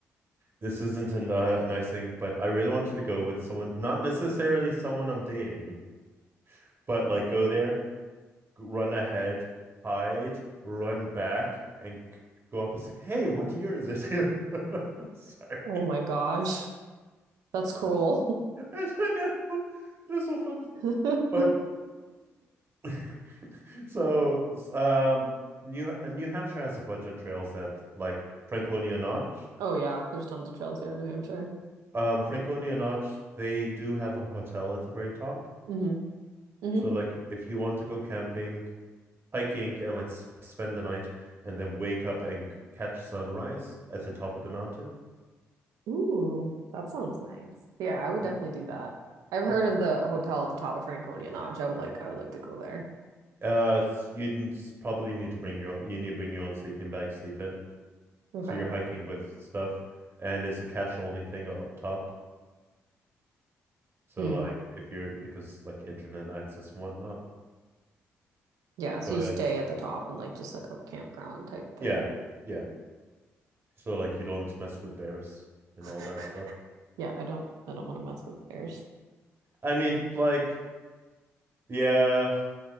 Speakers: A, on the right (about 40°); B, on the right (about 75°).
A: this isn't a, a nice thing, but I really wanted to go with someone, not necessarily someone I'm dating, but like go there, run ahead, hide, run back, and go up and say, "Hey, what year is it?" <laughs> Sorry,
B: Oh my gosh. That's cruel.
A: I don't know. It is so fun.
B: <laughs>
A: But <laughs> So, um, New uh, New Hampshire has a bunch of trails that like Franconia Notch.
B: Oh yeah, there's tons of trails here in New Hampshire.
A: Um, Franconia Notch, they do have a hotel at the very top.
B: hmm hmm
A: So, like, if you want to go camping, hiking, and like sp spend the night, and then wake up and catch sunrise at the top of the mountain.
B: Ooh, that sounds nice. Yeah, I would definitely
A: Y-
B: do that. I've heard
A: Okay.
B: of the hotel at the top of Franconia Notch. I would like I would like to go there.
A: Uh, s- you'd n- s- probably need to bring your own, you need to bring your own sleeping bag, sleep in.
B: Okay.
A: So you're hiking with stuff, and it's a cash only thing up top. So
B: Mm.
A: like if you're because like internet access and whatnot.
B: Yeah, so
A: But
B: you stay at the top and like just like a campground type thing.
A: yeah, yeah. So like you don't mess with bears and
B: <laughs>
A: all that stuff.
B: Yeah, I don't I don't want to mess with bears.
A: I mean, like, yeah,